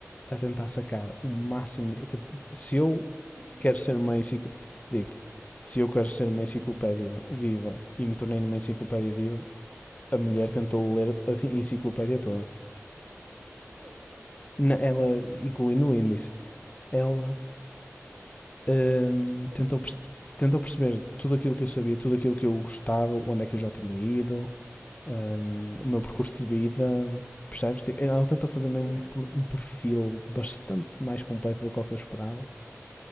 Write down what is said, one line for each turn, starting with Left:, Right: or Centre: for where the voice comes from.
Left: a tentar sacar
Right: Ok.
Left: o máximo. Se eu
Right: <laughs>
Left: quero ser uma enciclopédia. Digo-te, se eu quero ser uma enciclopédia viva e me tornei numa enciclopédia viva, a mulher tentou ler a enciclopédia toda.
Right: Bolsa.
Left: ela, incluindo o índice, ela hum,
Right: Sabia
Left: tentou,
Right: tudo.
Left: tentou perceber tudo aquilo que eu sabia, tudo aquilo que eu gostava, onde é que eu já tinha ido, hum, o meu percurso de vida, percebes? Tipo, Ela tentou fazer mesmo
Right: Yeah.
Left: um um perfil bastante mais completo do que o que eu esperava